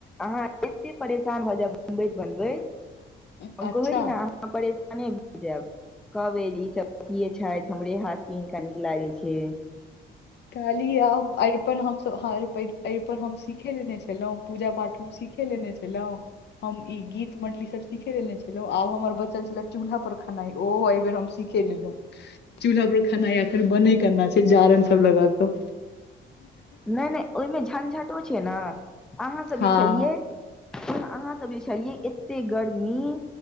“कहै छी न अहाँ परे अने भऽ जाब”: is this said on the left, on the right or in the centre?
Centre